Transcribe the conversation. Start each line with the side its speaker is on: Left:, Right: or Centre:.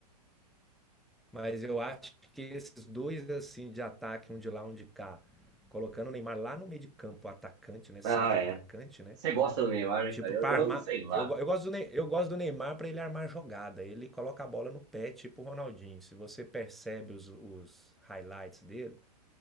Centre: mas eu acho que esses dois, assim, de ataque, um de lá, um de cá, colocando o Neymar lá no meio de campo, atacante, né? Centro
Right: Ah, é.
Centre: atacante, né?
Right: Você gosta do Neymar, né,
Centre: Tipo,
Right: cara? Eu,
Centre: para
Right: eu
Centre: armar.
Right: não sei lá.
Centre: Eu, go- eu gosto do Ney- eu gosto do Neymar para ele armar jogada. Ele coloca a bola no pé, tipo o Ronaldinho. Se você percebe os, os highlights dele,